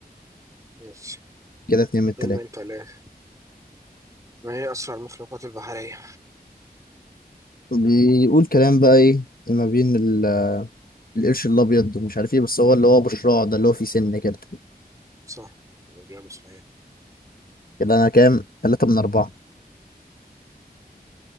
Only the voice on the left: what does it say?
كده اتنين من التلاتة
بيقول كلام بقى إيه ما بين ال- القرش الأبيض ومش عارف إيه بس هو اللي هو أبو شراع ده اللي هو فيه سن كده
كده أنا كام تلاتة من أربعة